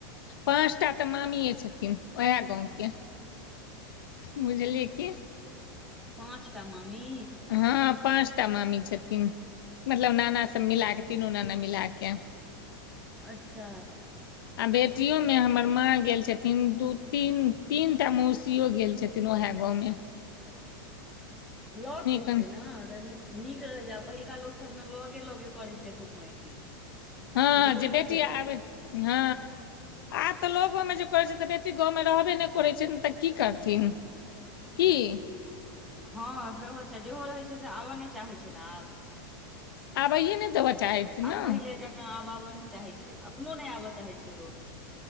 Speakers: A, on the left; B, in the centre.
A: पाँचटा तऽ मामिए छथिन उहै गावके बुझलि कि?
B: पाँचटा मामी?
A: हँ, पाँचटा मामी छथिन मतलब नाना सभ मिलाके तीनू नाना मिलाके।
B: अच्छा।
A: आ बेटियोमे हमर माँ गेल छथिन दू तीन तीनटा मौसियो गेल छथिन तीनो अहाँ गावमे।
B: लग मके
A: कनि
B: छै ने निक रहै छै, पहिलका लोक सभने लगे लगे करै छलै कुटमैती।
A: हँ,
B: दूर
A: जे
B: नहि
A: बेटी
B: केलक
A: आबै, हँ। आ तऽ लोगोमे जे करैत छै, तऽ बेटी गावमे रहबे नहि करै छै, ने तऽ की करथिन। कि?
B: हँ, सेहो छै, जेहो रहैत छै से आबय नहि चाहै छै ने आब।
A: आबैयए नहि देबऽ चाहै छै
B: आब
A: न।
B: पहिले जकाँ आब आबऽ नहि चाहै छै, अपनो नहि आबऽ चाहै छै लोक।